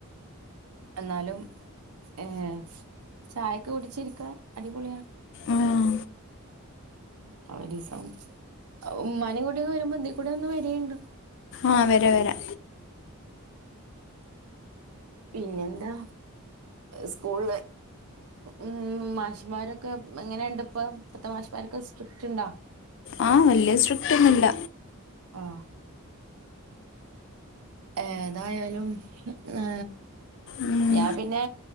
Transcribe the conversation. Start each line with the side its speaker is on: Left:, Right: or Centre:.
Right: എന്നാലും ഏ ചായൊക്കെ കുടിച്ചിരിക്ക അടിപൊള്യാ
Left: ഉം.
Right: ആ ഒരീസം ഉമ്മാനിം കൂട്ടി വരുമ്പം ഇതിക്കൂടെ ഒന്ന് വരേണ്ടി
Left: ആ വര വരാ
Right: പിന്നെ എന്താ സ്ക്കൂൾ ഉം മാഷ്മാരൊക്കെ എങ്ങനെയുണ്ട് ഇപ്പ ഇപ്പത്തെ മാഷമാരൊക്കെ സ്ട്രിക്ട് ഉണ്ടാ?
Left: ആ വലിയ സ്ട്രിക്ടാെന്നുല്ല
Right: ആ ഏതായാലും ഞാ
Left: ഉം.
Right: ഞാൻ പിന്നെ